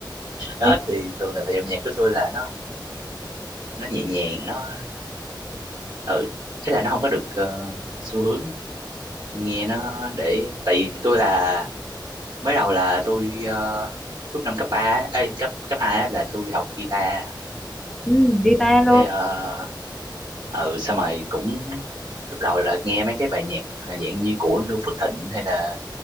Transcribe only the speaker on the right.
đó
thì thường là dòng nhạc của tôi là nó nó nhẹ nhàng nó ừ thế là nó không có được ờ, xu hướng tôi nghe nó để tại vì tôi là mới đầu là tôi ờ, lúc năm cấp ba ấy, cấp cấp hai á, là tôi học guitar
cái ờ ừ xong rồi cũng lúc đầu là nghe mấy cái bài nhạc là dạng như của Noo Phước Thịnh hay là